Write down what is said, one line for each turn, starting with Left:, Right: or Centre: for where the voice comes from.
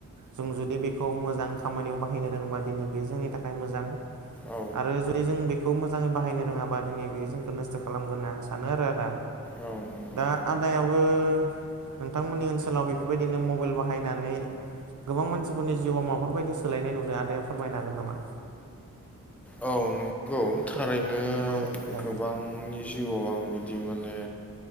Right: जों जुदि बेखौ मोजां खामानियाव बाहायनो <unintelligible> दिनै बे जोंनि थाखाय मोजां
Centre: औ
Right: आरो जुदि जों बे खौ मोजाङै बाहायनो रोङाबा दिनै बेयो जोंखौ नस्थ' खालामगोन होनना आं सानो आरो आदा
Centre: औ नंगौ
Right: दा आदायाबो नोंथांमोननि ओनसोलाव बेफोरबायदिनो मबाइल बाहायनानै गोबां मानसिफोरनि जिउआव माबाफोरबायदि सोलायनाय नुदों आदाया फोरमायनो हागोन नामा
Centre: औ नंगौ थारैनो
Right: औ आदा
Centre: गोबांनि जिउआव आं बिदि माने